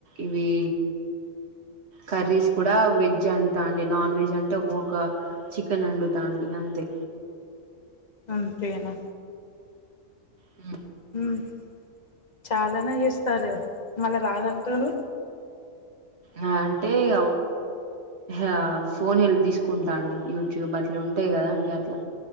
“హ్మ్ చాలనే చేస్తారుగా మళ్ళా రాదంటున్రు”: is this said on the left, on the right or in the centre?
Left